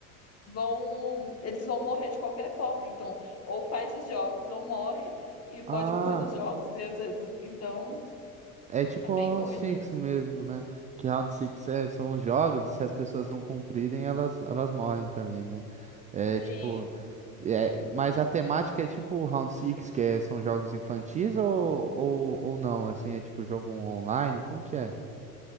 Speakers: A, on the left (about 35°); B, on the right (about 20°).
A: vão, eles vão morrer de qualquer forma. Então, ou faz os jogos, ou morre, e pode
B: Ah,
A: morrer nos jogos, e às vezes. Então,
B: é tipo
A: é bem
B: o Round
A: doido.
B: Six mesmo, né? Que Round Six é, são os jogos e se as pessoas não cumprirem, elas, elas morrem também, né? É
A: Sim.
B: tipo. É, mas a temática é tipo o Round Six, que é- são jogos infantis ou, ou, ou não? Assim, é tipo jogo online? Como que é?